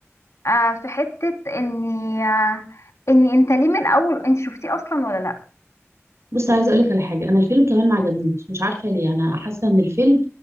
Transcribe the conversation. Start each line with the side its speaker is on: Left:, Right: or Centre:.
Left: آه، في حتة اني آه، اني انت ليه من الاول انت شفتيه اصلا ولا لا
Right: بص عايزه اقول لك على حاجه انا الفيلم كمان ما عجبنيش مش عارفه ليه انا حاسه ان الفيلم